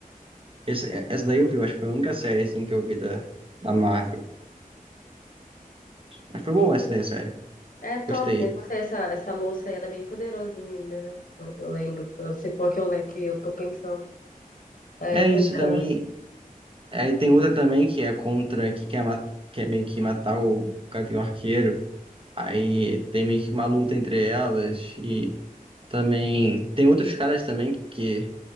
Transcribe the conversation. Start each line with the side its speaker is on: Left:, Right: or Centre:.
Right: Esse- é, essa daí eu vi, eu acho que foi a única série assim que eu vi da, da Marvel. Mas foi boa essa daí, a série.
Left: É
Right: Eu gostei.
Left: top, né? Você, essa, essa moça aí, ela é bem poderosinha ainda, né? Eu, eu lembro. Se for a que eu, le- que eu tô pensando. Ela
Right: É
Left: é poderosa.
Right: isso também. É, Aí tem outra também que é contra, que quer, ma- quer meio que matar o Gavião Arqueiro. Aí tem meio que uma luta entre elas. E também tem outros caras também que